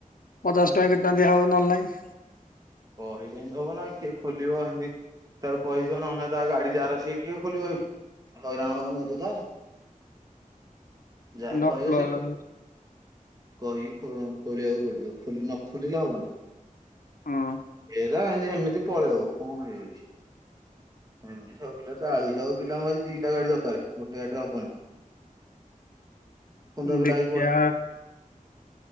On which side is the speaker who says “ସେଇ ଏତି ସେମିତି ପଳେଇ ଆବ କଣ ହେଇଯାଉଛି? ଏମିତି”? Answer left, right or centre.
Right